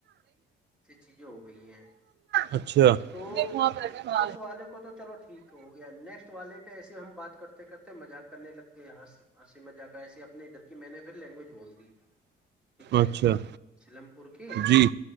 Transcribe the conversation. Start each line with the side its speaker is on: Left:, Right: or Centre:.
Centre: چیزیں ہو گئی ہیں
Right: اچھا
Centre: تو
Right: دیک <unintelligible>
Centre: اس والے کو تو چلو ٹھیک ہو گیا نیکسٹ والے پہ ایسے ہم بات کرتے کرتے مذاق کرنے لگ گئے ہنسی مذاق ایسی اپنے ادھر کی میں نے لینگویج بول دی ٹھیک ہے
Right: اچھا
Centre: سیلم پور کی
Right: جی